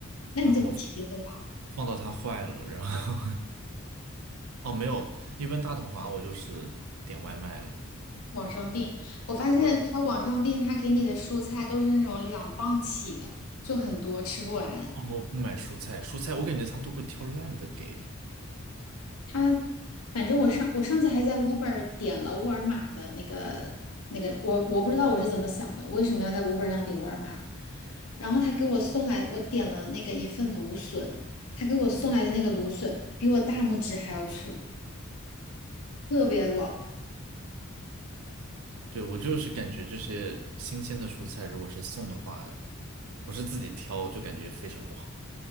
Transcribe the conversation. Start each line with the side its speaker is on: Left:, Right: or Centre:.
Left: 那你怎么体会？
Right: 然后放到它坏了，然后 <laughs> 哦没有，一般大统华我就是点外卖了。
Left: 网上订，我发现他网上订，
Right: 对，
Left: 他给你的蔬菜都是那种两磅起的，就很多，吃不完。
Right: 哦我不买蔬菜，蔬菜我感觉他都会挑烂的给。
Left: 他反正我上我上次还在 Uber 点了沃尔玛的那个那个，我我不知道我是怎么想的，为什么要在 Uber 上点沃尔玛的？然后他给我送来，我点了那个一份芦笋，他给我送来的那个芦笋比我大拇指还要粗，特别老。
Right: 对，我就是感觉这些新鲜的蔬菜，如果是送的话，不是自己挑，就感觉非常不好。